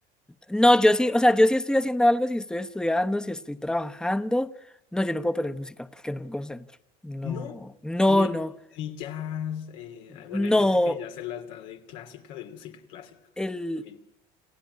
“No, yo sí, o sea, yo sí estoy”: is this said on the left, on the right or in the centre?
Centre